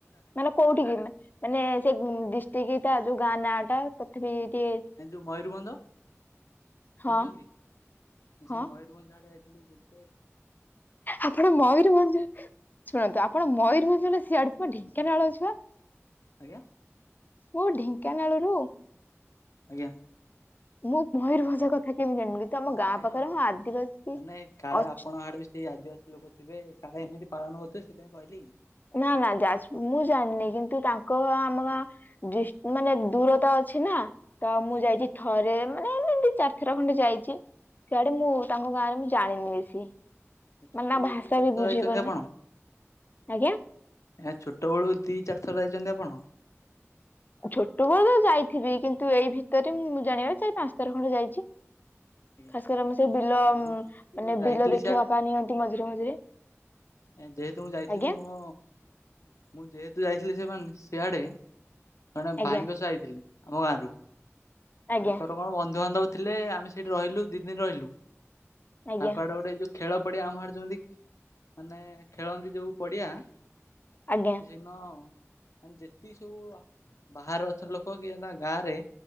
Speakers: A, on the left (about 40°); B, on the left (about 85°).
A: ମାନେ କୋଉଠିକ କି ମାନେ ସେ ଦିଷ୍ଟିକିଟ ଯୋଉ ଗାଁ ନାଁ ଟା ତଥାପି ଟିକେ
B: ଏ ଯୋଉ ମୟୂରଭଞ୍ଜ।
A: ହଁ
B: ଶୁଣିଛନ୍ତି
A: ହଁ
B: ସେ ମୟୂରଭଞ୍ଜାଟା ଯାଇଥିଲୁ ବୁଲେ
A: ଆପଣ ମୟୂରଭଞ୍ଜ ଶୁଣନ୍ତୁ ଆପଣ ମୟୂରଭଞ୍ଜୁର ସିଆଡେ କୁ ଢେଙ୍କାନାଳ ଛୁଆ।
B: ଆଜ୍ଞା।
A: ମୁଁ ଢେଙ୍କାନାଳରୁ।
B: ଆଜ୍ଞା।
A: ମୁଁ ମୟୂରଭଞ୍ଜ କଥା କେମିତି ଜାଣିବି କିନ୍ତୁ ଆମ
B: ନା
A: ଗାଁ
B: ଆଜ୍ଞା
A: ପାଖରେ ହଁ ଆଦିବାସୀ
B: ମାନେ କାଳେ
A: ଅଛ
B: ଆପଣଙ୍କ ଆଡେ ବି ସେଇ ଆଦିବାସୀ ଲୋକ ଥିବେ। କାଳେ ଏମିତି ପାଳନ କରଥିବ ସେଥିପାଇ କହିଲି।
A: ନା ନା ଯା ମୁଁ ଜାଣିନି କିନ୍ତୁ ତାଙ୍କ ଆମର ମାନେ ଡିସ ଦୂରତା ଆ ଛେନା। ତ ମୁଁ
B: ଆଜ୍ଞା
A: ଯାଇଚି ଥରେ, ମାନେ ଏମତି ଦିଚାରିଥର ଖଣ୍ଡେ ଯାଇଚି, ସଆଡେ ମୁଁ
B: ଆଜ୍ଞା
A: ତାଙ୍କ ଗାଁରେ ମୁଁ ଜାଣିିନି ବେଶୀ। ମାନେ
B: ଛୋଟବେଲୁ
A: ତାଙ୍କ ଭାଷା
B: ଦି ଚାରିଥ
A: ବି ବୁଝିପାରୁନି
B: ଯାଇଛନ୍ତି ଆପଣ?
A: ଆଜ୍ଞା।
B: ଏ ଛୋଟବେଳୁ ଦି ଚାରିଥର ଯାଇଛନ୍ତି ଆପଣ?
A: ଛୋଟବେଳ ତ ଯାଇଥିବି, କିନ୍ତୁ ଏଇ ଭିତରେ ମୁଁ ଜାଣିବା ଚାର ପାଞ୍ଚ ତର ଖଣ୍ଡେ ଯାଇ
B: ଆଜ୍ଞା
A: ଖାସକ ଆମ ସେ ବିଲ
B: ମୁଁ
A: ମାନେ
B: ଯେହେତୁ ଯାଇଥିଲି
A: ବିଲ ଦେଖେଇବା ପାଇଁ ନିଅନ୍ତି ମଝିରେ ମଝିରେ।
B: ଏ ଯେହେତୁ ମୁଁ ଯାଇଥିଲି
A: ଆଜ୍ଞା
B: ମୁଁ, ମୁଁ ଯେହେତୁ ଯାଇି ସେମାନେ ସିଆଡେ ଜଣେ
A: ଆଜ୍ଞା।
B: ଭାଇଙ୍କ ସହ ଯାଇଥିଲେ ଆମ ଗାଁରୁ।
A: ଆଜ୍ଞା
B: ତାଙ୍କର କଣ ବନ୍ଧୁବାନ୍ଧବ ଥିଲେ ଆମେ ସେଇଠି ରହିଲୁ ଦି ଦିନ ରହିଲୁ।
A: ଆଜ୍ଞା
B: ତାଙ୍କ ଆଡେ ଯୋଉ ଖେଳ ପଡିଆ ଆମଡ ଯେମିତି ମାନେ ଖେଳନ୍ତି ଯୋଉ ପଡିଆ କିଛିିନ
A: ଆଜ୍ଞା
B: ଯେତିକି ସବୁ ବାହାରେ ଅଛନ୍ତି ଲୋକ କି ନା ଗାଁ ରେ